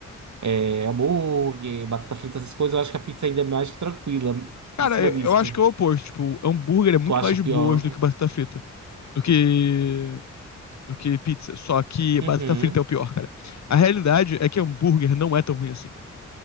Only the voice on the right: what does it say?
é, hambúrguer, batata frita, essas coisas, eu acho que a pizza ainda é mais tranquila
em cima
disso.
Tu acha
pior?
Uhum,